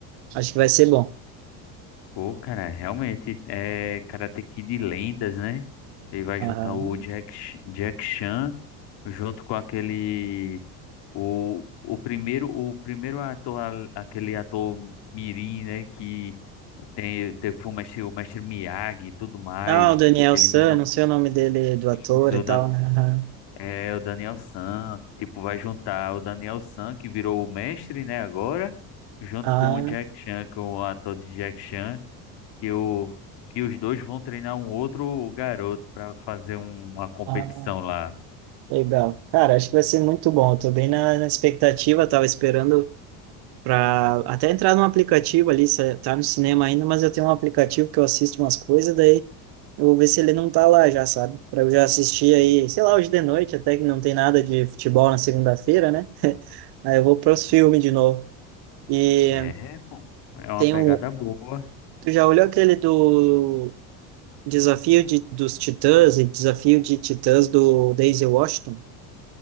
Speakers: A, on the right; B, on the left.
A: Acho que vai ser bom.
B: Pô, cara, realmente é Karate Kid Lendas, né? Ele vai
A: Aham.
B: juntar o Jack, Ch- Jack Chan junto com aquele O, o primeiro, o primeiro ator, a- aquele ator mirim, né, que tem, teve o mestre, o mestre Miyagi e tudo mais,
A: Ah, o Daniel
B: ele
A: San,
B: dando
A: não sei o nome dele, do ator
B: isso, o
A: e tal,
B: Dan,
A: né?
B: é o Daniel San, tipo, vai juntar o Daniel San, que virou o mestre, né, agora, junto
A: Aham.
B: com o Jack Chan, que é o ator de Jack Chan, que o que os dois vão treinar um outro garoto para fazer um- uma competição
A: Ah, ah,
B: lá.
A: legal. Cara, acho que vai ser muito bom. Eu tô bem na, na expectativa, tava esperando para até entrar num aplicativo ali, se tá no cinema ainda, mas eu tenho um aplicativo que eu assisto umas coisas, daí eu vou ver se ele não tá lá já, sabe? Para eu já assistir aí, sei lá, hoje de noite, até que não tem nada de futebol na segunda-feira, né? <laughs> Aí eu vou para os filmes de novo. E
B: É, pô, é uma
A: tem
B: pegada
A: um,
B: boa.
A: tu já olhou aquele do Desafio de, dos Titãs e Desafio de Titãs do Daisy Washington?